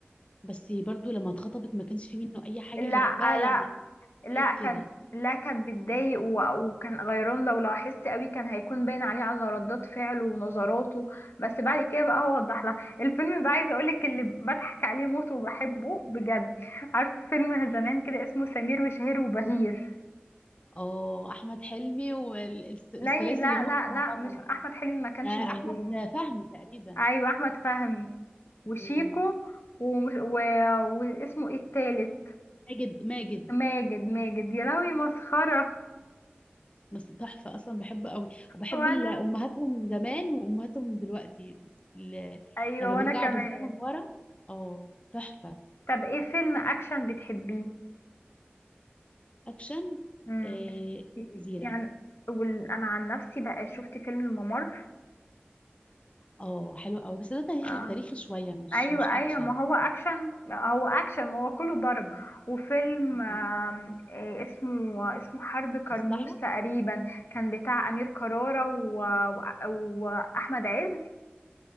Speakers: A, on the left (about 30°); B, on the left (about 80°).
A: بس برضو لما اتخطبت ما كانش فيه منه اي حاجة
B: لا
A: غير بقى
B: لا
A: يعني
B: لا
A: بعيد
B: كان
A: كده
B: لا كان بيتضايق و- وكان غيران لو لاحظت قوي كان هيكون باين عليه على ردات فعله ونظراته بس بعد كده بقى هو وضح لها الفيلم بقى عايزه اقولك اللي بضحك عليه موت وبحبه بجد عارفه فيلم زمان كده اسمه سمير وشهير وبهير
A: اه احمد حلمي والثلاثي
B: لا لا
A: اللي هم
B: لا
A: كانوا
B: لا
A: مع بعض
B: مش
A: على
B: احمد حلمي ما كانش
A: آه،
B: موجود
A: احمد فهمي تقريبا
B: ايوه احمد فهمي وشيكو
A: مم.
B: ومش و... واسمه ايه التالت
A: ماجد ماجد
B: ماجد ماجد يا لهوي مسخرة
A: بس تحفه اصلا بحبه قوي وبحب
B: وانا
A: ال- امهاتهم زمان وامهاتهم دلوقتي ال-
B: ايوه
A: لما
B: وانا
A: بيرجعوا
B: كمان
A: بالزمن ورا اه تحفه
B: طب ايه فيلم اكشن بتحبيه
A: اكشن
B: امم
A: آه، الجزيره
B: يعني وال... انا عن نفسي بقى شفت فيلم الممر
A: اه حلو قوي بس ده تاريخي
B: آه.
A: تاريخي شويه مش
B: ايوه
A: مش اكشن
B: ايوه ما هو اكشن هو اكشن ما هو كله ضرب وفيلم
A: مم.
B: آم، إيه اسمه اسمه حرب كرموز
A: مصلحه
B: تقريبا كان بتاع امير كرارة و... و... واحمد عز